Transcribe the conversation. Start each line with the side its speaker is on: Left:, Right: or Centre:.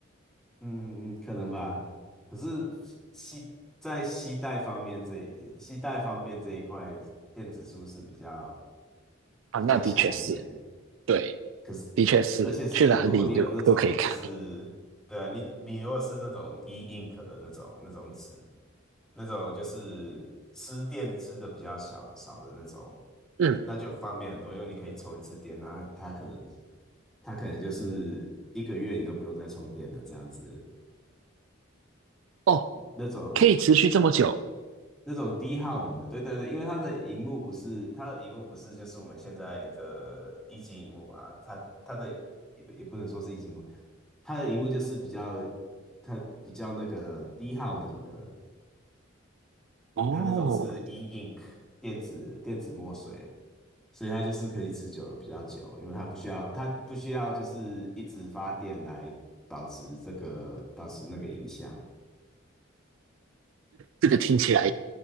Centre: 嗯嗯，嗯，可能吧。可是携在携带方面这携带方面这一块，电子书是比较
Right: 啊，
Centre: 比较强一点。
Right: 那的确是，对，
Centre: 可是。
Right: 的确是，
Centre: 而且是如果你有那种就是对啊，
Right: 去哪里都都可以看，
Centre: 你你如果是那种 e-ink 的那种那种纸，那种就是吃电吃的比较小少的那种，
Right: 嗯，
Centre: 那就方便很多，因为你可以充一次电，那它可能它可能就是一个月你都不用再充电了这样子。
Right: 哦，
Centre: 那种
Right: 可以持续这么久，
Centre: 那种低耗能的，对对对，因为它的荧幕不是它的荧幕不是就是我们现在的一级荧幕嘛，它它的也不也不能说是一级荧幕，它的荧幕就是比较它比较那个低耗能的，
Right: 哦，
Centre: 它那种是 e-ink 电子电子墨水，所以它就是可以持久比较久，因为它不需要它不需要就是一直发电来保持这个保持那个影像。
Right: 这个听起来